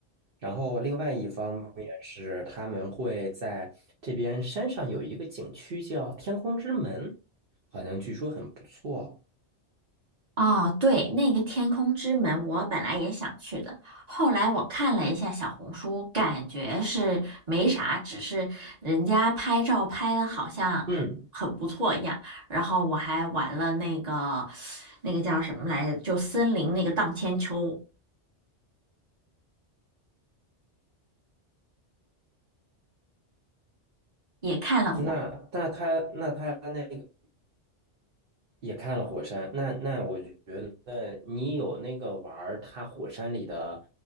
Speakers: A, on the right (about 55°); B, on the right (about 35°).
A: 然后另外一方面是他们会在这边山上有一个景区叫天空之门，好像据说很不错。
B: 哦，对，那个天空之门，我本来也想去的，后来我看了一下小红书，感觉是没啥，只是人家拍照拍的好像很不错一样。
A: 嗯，
B: 然后我还玩了那个那个叫什么来着，就森林那个荡千秋，也看了火，
A: 那那他那他那个也看了火山，那那我觉得你有那个玩儿它火山里的